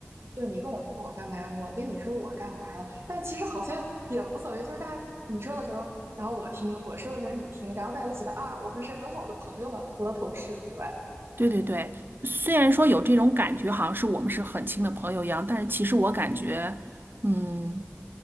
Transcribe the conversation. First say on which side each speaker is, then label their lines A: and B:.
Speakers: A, on the right; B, on the right.
A: 就是你跟我说我干嘛，我跟你说我干嘛了，但其实好像也无所谓，就是大家你说的时候，然后我听，我说的时候你听，然后大家就觉得啊，我们是很好的朋友了，除了同事之外。
B: 对对对，虽然说有这种感觉，好像是我们是很亲的朋友一样，
A: 嗯
B: 但是其实我感觉，嗯，